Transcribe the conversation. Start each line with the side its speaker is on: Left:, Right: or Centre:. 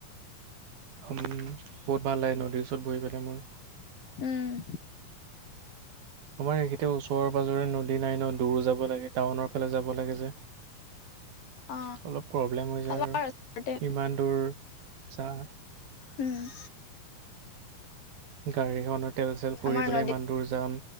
Right: উম্, বহুত ভাল লাগে নদীৰ ওচৰত বহিবলে মোৰ।
Left: উম্।
Right: আমাৰ সেইটো ওচৰ-পাজৰে নদী নাই ন' দূৰ যাব লাগে, টাউনৰ ফালে যাব লাগে যে।
Left: অ
Right: অলপ প্ৰব্লেম হৈ যায়
Left: আমাৰ
Right: আৰু,
Left: ওচৰতে
Right: ইমান দূৰ- যা।
Left: উম্।
Right: গাড়ীখনৰ তেল-চেল পুৰি
Left: আমাৰ
Right: পেলাই
Left: নদী
Right: ইমান দূৰ যাম-